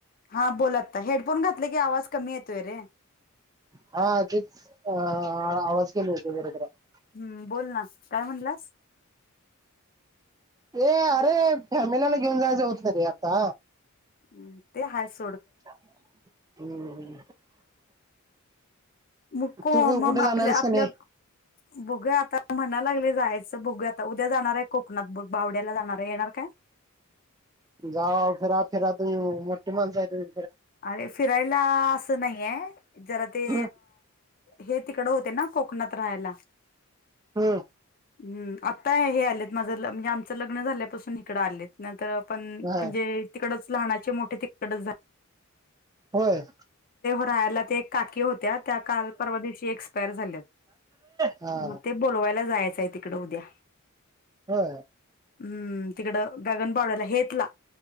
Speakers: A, on the left; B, on the right.
A: हा बोल आता हेडफोन घातले की आवाज कमी येतोय रे
B: हा तेच अ आवाज केले होते बरोबर आहे.
A: हं बोल ना काय म्हणलास?
B: ए अरे फॅमिलाला घेऊन जायचं होतं रे आता
A: हूं ते हायस
B: हूं
A: म को
B: तू कु
A: म
B: कुठे
A: आपल्या
B: जाणार आहेस
A: आपल्या
B: का नाही
A: बघु या आता म्हणा लागली जायचं बघु आता, उद्या जाणार आहे कोकणात, भावड्याला जाणार आहे येणार काय?
B: जा फिरा, फिरा तूमी मोठी माणस आहे तुमी.
A: अरे फिरायला असं नाहीये जरा ते
B: हम्म
A: हे तिकड होते ना कोकणात राहायला.
B: हूं!
A: हं आताय हे आलेत माझं म्हणजे आमचं लग्न झाल्यापासून इकडं आलेत ना तर पण म्हणजे
B: हा
A: तिकडच लहानाचे मोठे तिकडचं झालेत.
B: होय!
A: राहयला ते एक काकी होत त्या काल परवा दिवशी एक्सपायरी झाल्यात
B: हा
A: मग ते बोलवायला जायचाय तिक तिकडं उद्या
B: होय!
A: हूं तीकडं गगनबावड्याला हेेतला